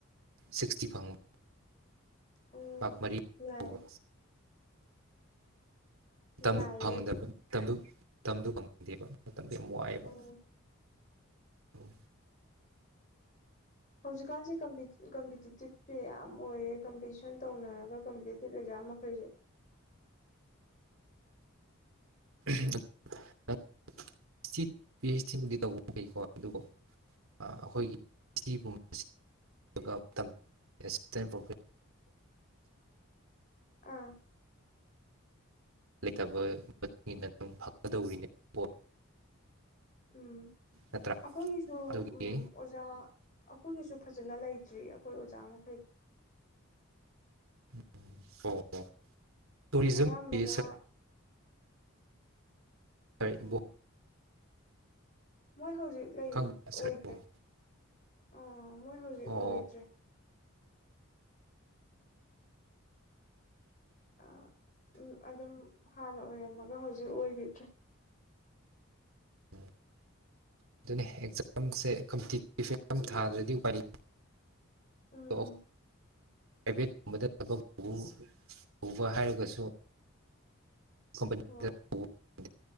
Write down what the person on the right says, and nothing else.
ꯁꯤꯛꯁꯇꯤ ꯐꯪꯕ
ꯃꯥꯛ ꯃꯔꯤ
ꯐꯪꯕ ꯃꯇꯝ
ꯐꯪꯗꯕꯅꯦ
ꯃꯇꯝꯗꯨ ꯃꯇꯝꯗꯨ ꯐꯪ ꯗꯦꯕ ꯃꯇꯝꯗꯣ ꯌꯥꯝ ꯋꯥꯏꯑꯦꯕ
ꯎꯝ
<unintelligible> ꯁꯤ ꯄꯤ ꯑꯩꯆ ꯗꯤꯕꯨꯗꯤ ꯇꯧꯕ ꯐꯩꯀꯣ ꯑꯗꯨꯕꯨ ꯑ ꯑꯩꯈꯣꯏꯒꯤ <unintelligible> ꯒꯨꯝꯕꯁꯤ ꯑꯗꯨꯒ ꯑꯝꯇꯪ ꯑꯦꯁꯤꯁꯇꯦꯟ ꯄ꯭ꯔꯣꯐꯦ <unintelligible>
ꯂꯩꯇꯕꯩ ꯃꯇꯨꯡ ꯏꯟꯅ ꯑꯗꯨꯝ ꯐꯪꯒꯗꯧꯔꯤꯅꯦꯕꯀꯣ
ꯅꯠꯇ꯭ꯔꯥ
ꯑꯗꯨꯒꯤ
<unintelligible> ꯇꯨꯔꯤꯖꯝꯒꯤ
<unintelligible>
ꯈꯪꯕ꯭ꯔꯥ
ꯁꯔ ꯏꯕꯣꯛ
ꯑꯣ
ꯎꯝ ꯑꯗꯨꯅꯦ ꯑꯦꯛꯖꯥꯝꯁꯦ ꯀꯝꯄꯤꯇꯤ <unintelligible> ꯊꯥꯗ꯭ꯔꯗꯤ ꯎꯄꯥꯏ ꯂꯩ__
ꯑꯣꯑꯣ ꯄ꯭ꯔꯥꯏꯚꯦꯠꯀꯨꯝꯕꯗ ꯊꯕꯛ ꯇꯧ ꯇꯧꯕ ꯍꯥꯏꯔꯒꯁꯨ ꯀꯝꯄꯅꯤꯗ
<unintelligible>